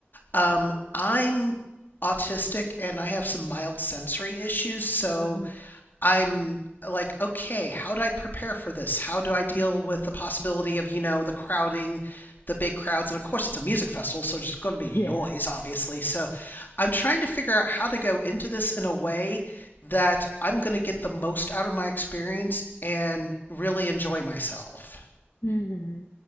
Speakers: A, on the left; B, on the left.
A: Um, I'm autistic and I have some mild sensory issues, so
B: Mhm.
A: I'm like, okay, how do I prepare for this? How do I deal
B: Mhm.
A: with the possibility of, you know, the crowding, the big crowds? And of course, it's a music festival, so there's going to be
B: Yeah.
A: noise, obviously. So I'm trying to figure out how to go into this in a way that I'm going to get the most out of my experience and really enjoy myself.
B: Mm-hmm.